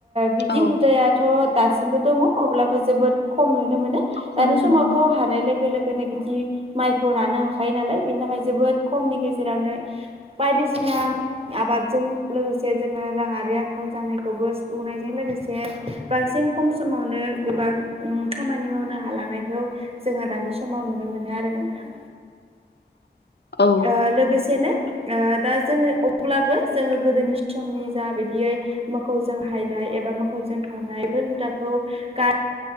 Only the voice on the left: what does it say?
औ
खम
नुनो
मोनो
औ